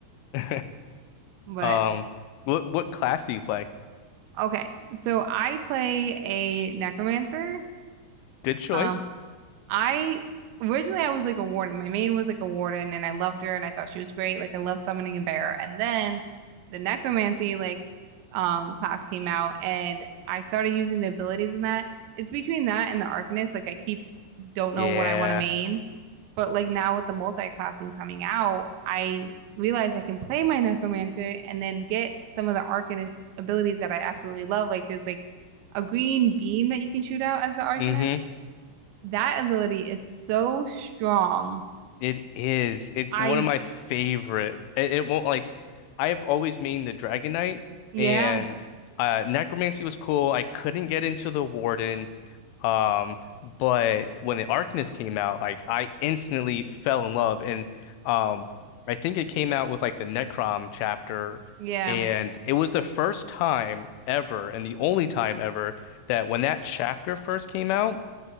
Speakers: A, on the left (about 80°); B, on the right (about 75°).
A: I <laughs>
B: <laughs> But
A: um what what class do you play?
B: okay. So I play a necromancer.
A: Good choice.
B: Um, I originally I was like a warden. My maid was like a warden and I loved her and I thought she was great. Like I love summoning a bear. And then the necromancy like um class came out and I started using the abilities in that. It's between that and the arcanist. Like I keep don't
A: Yeah.
B: know what I want to main. But like now with the multi-classing coming out, I realize I can play my necromancer and then get some of the arcanist abilities that I absolutely love. Like there's like a green beam that you can shoot out as the arcanist.
A: Mm-hmm.
B: That ability is so strong.
A: It is. It's
B: I,
A: one of my favorite. It, it won't like I've always mained the Dragon Knight
B: yeah,
A: and uh Necromancy was cool. I couldn't get into the Warden. Um, but when the Arcanist came out, like I instantly fell in love, and um, I think it came out with like the Necrom chapter,
B: yeah.
A: and it was the first time ever, and the only time ever that when that chapter first came out.